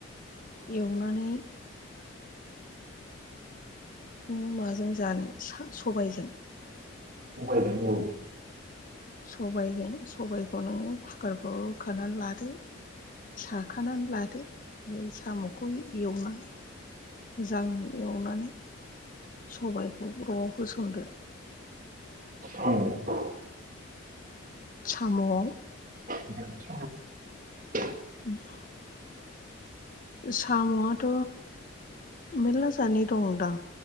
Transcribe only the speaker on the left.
एवनानै नों माजों जानो सा सबायजों?
सबायजों सबायखौ नोङो कुकारफ्राव रुखानानै लादो। साखानानै लादो <unintelligible> साम'खौ एवनानै। मोजां एवनानै। सबायखौ <unintelligible> होसनदो।
साम'आव।
आरो
<inaudible> साम'आथ' मेरला जादनि दं दां।